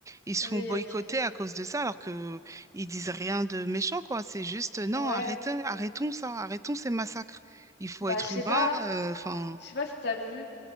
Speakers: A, on the right; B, on the left.
A: Ils se
B: Oui,
A: font boycotter
B: ok.
A: à cause de ça, alors que ils disent rien de méchant, quoi. C'est juste, euh, non,
B: Ouais.
A: arrêtons, arrêtons ça, arrêtons ces massacres. Il faut
B: Bah,
A: être
B: je sais
A: humain.
B: pas,
A: euh, Enfin,
B: je sais pas si t'as vu.